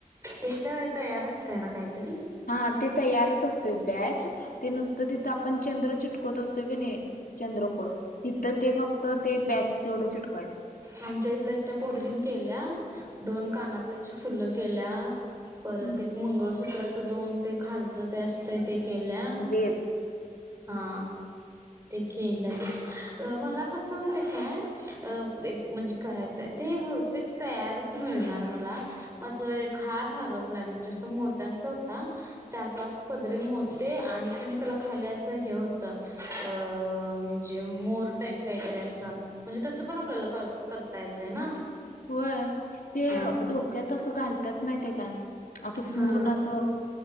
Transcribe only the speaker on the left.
हा ते तयारच असतोय बॅच ते नुसतं तिथं आपण चंद्र चिटकवत असतो कीनी चंद्रकोर तिथं ते फक्त ते बॅच तेवढं चिटकावायचं असत.
हम्म
बेस
होय ते
डोक क्यात असं घालतात माहितीयात काय असं पूर्ण
असं